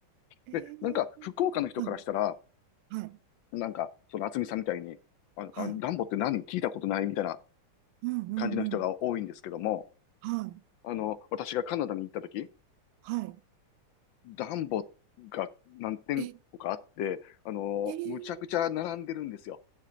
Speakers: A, on the right; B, on the left.
A: えー、
B: で、なんか、福岡の人からしたら、
A: はい、はい、
B: なんか、その、厚みさんみたいに、あの、
A: はい。
B: あ、ダンボって何聞いたことないみたいな
A: うんうんうん。
B: 感じの人が多いんですけども、
A: はい、
B: あの、私がカナダに行った時、
A: は
B: ダンボが何店舗かあって、
A: い。え、
B: あの、
A: えー、
B: むちゃくちゃ並んでるんですよ。